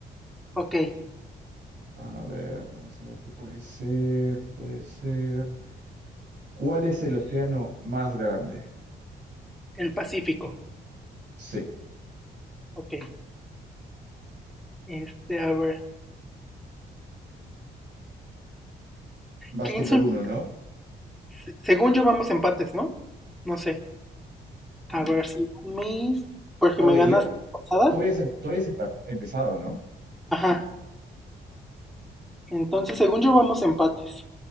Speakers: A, in the centre; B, on the right.
A: ok,
B: A ver, vamos a ver qué puede ser, qué puede ser. ¿Cuál es el océano más grande?
A: el Pacífico,
B: Sí,
A: ok. Este, a ver,
B: vas
A: ¿qué
B: tú
A: instrumento?
B: por uno, ¿no?
A: se- Según yo vamos empates, ¿no? No sé,
B: Mm,
A: a ver, según mis, porque
B: Ok,
A: me ganaste
B: yo,
A: la pasada.
B: tú habías, em- tú habías empa- empezado, ¿no?
A: Ajá, entonces según yo vamos empates,